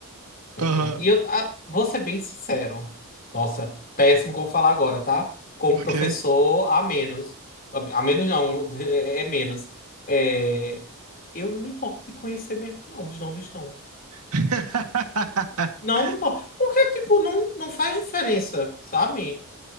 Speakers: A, on the left; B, on the right.
A: uh-uh.
B: Aham,
A: E eu ah, vou ser bem sincero. Nossa, péssimo como falar agora, tá? Como
B: ok.
A: professor, a menos. A a menos não, <laughs> é menos. É, eu não me importo de conhecer mesmo, não, os nomes não.
B: <laughs>
A: Não me importo. Porque, tipo, não, não faz diferença, sabe?